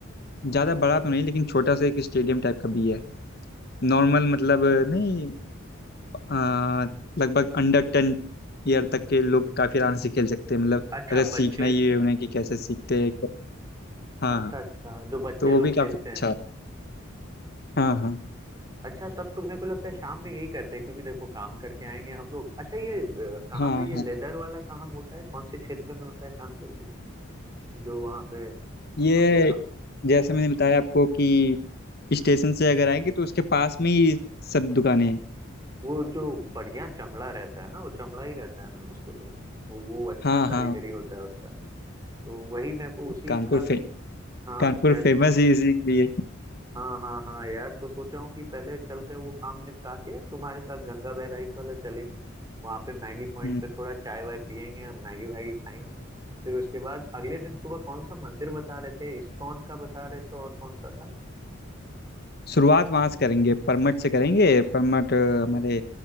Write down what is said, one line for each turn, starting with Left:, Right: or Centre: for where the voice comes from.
Left: ज़्यादा बड़ा तो नहीं लेकिन छोटा सा एक स्टेडियम टाइप का भी है नॉर्मल मतलब नहीं आ, लगभग अंडर टेन ईयर तक के लोग काफ़ी आराम से खेल सकते हैं मतलब
Right: अच्छा
Left: अगर सीखना
Right: बच्चे
Left: ही है उन्हें कि कैसे सीखते हैं हाँ
Right: अच्छा
Left: हाँ
Right: अच्छा जो बच्चे
Left: तो वो
Right: लोग
Left: भी काफ़ी
Right: खेलते
Left: अच्छा
Right: हैं
Left: है हाँ हाँ
Right: अच्छा तब तो मेरे को लगता है शाम में यही करते हैं क्योंकि देखो काम करके आएंगे हम लोग अच्छा ये अ, कहाँ
Left: हाँ
Right: पे ये
Left: हाँ
Right: लेदर वाला कहाँ होता है कौन से क्षेत्र में होता है कानपुर के जो वहाँ पे
Left: ये
Right: हम लोग का
Left: जैसे मैंने बताया आपको कि स्टेशन से अगर आएंगे तो उसके पास में ही सब दुकानें हैं
Right: वो जो बढ़िया चमड़ा रहता है ना वो चमड़ा ही रहता है ना उसको तो वो वो अच्छा
Left: हाँ
Right: कारीगरी
Left: हाँ
Right: होता है उसका तो वही मैं को उसी
Left: कानपुर
Right: का
Left: फे
Right: कुछ हाँ
Left: कानपुर
Right: शायद
Left: फेमस ही इसीलिए
Right: हाँ हाँ हाँ यार तो सोचा हूँ कि पहले चलते हैं वो काम निपटा के तुम्हारे साथ गंगा बहराइच वाला चलेंगे वहां पे मैगी पॉइंट
Left: हम्म,
Right: पे थोड़ा चाय वाय पियेंगे हम मैगी वैगी खाएंगे फिर उसके बाद अगले दिन सुबह कौन सा मंदिर बता रहे थे इस्कॉन का बता रहे थे और कौन सा था
Left: शुरुआत वहाँ से करेंगे परमठ से करेंगे परमठ अ, हमारे